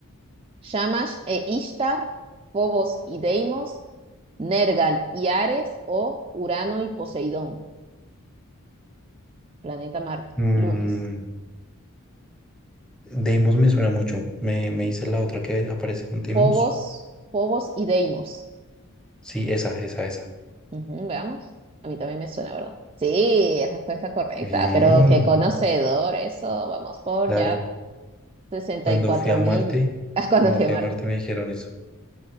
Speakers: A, on the right; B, in the centre.
A: Shamash e Ishtar, Phobos y Deimos, Nergal y Ares o Urano y Poseidón. Planeta Marte,
B: Mm,
A: lunas.
B: Deimos me suena mucho. Me, me hice la otra que aparece con Deimos.
A: Phobos, Phobos y Deimos.
B: Sí, esa, esa, esa.
A: Ujú, veamos. A mí también me suena, ¿verdad? Sí, es respuesta correcta,
B: Bien,
A: pero qué conocedor, eso. Vamos por
B: claro.
A: ya sesenta
B: Cuando
A: y cuatro
B: fui a
A: mil
B: Marte,
A: <laughs> cuando
B: cuando
A: fui
B: fui
A: a Marte.
B: a Marte me dijeron eso.